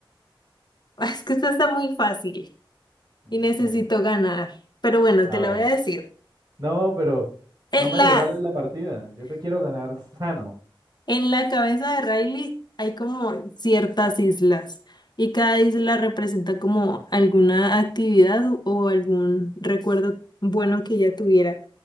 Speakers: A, on the left; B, on the right.
A: <laughs> Es que esta está muy fácil
B: Ok.
A: y necesito ganar, pero bueno,
B: A
A: te
B: ver.
A: la voy a decir.
B: No, pero
A: En
B: no me
A: la
B: regales la partida. Yo te quiero ganar sano.
A: En la cabeza de Riley hay como ciertas islas y cada isla representa como alguna actividad o o algún recuerdo bueno que ella tuviera.